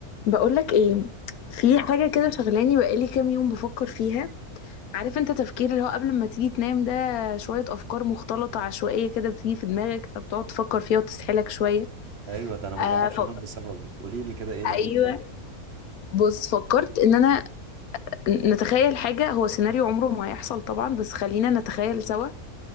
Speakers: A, on the left; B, on the right.
A: بقولك ايه في حاجة كده شغلاني بقالي كام يوم بفكر فيها عارف انت تفكير اللي هو قبل ما تيجي تنام ده شوية أفكار مختلطة عشوائية كده بتيجي في دماغك فبتقعد تفكر فيها وتسحلك شوية
B: ايوه ده انا ما
A: آه
B: بعرفش
A: ف...
B: انام بسببه قولي لي كده ايه اللي
A: أيوه
B: جبان
A: بص فكرت إن أنا نتخيل حاجة هو سيناريو عمره ما هيحصل طبعا بس خلينا نتخيل سوا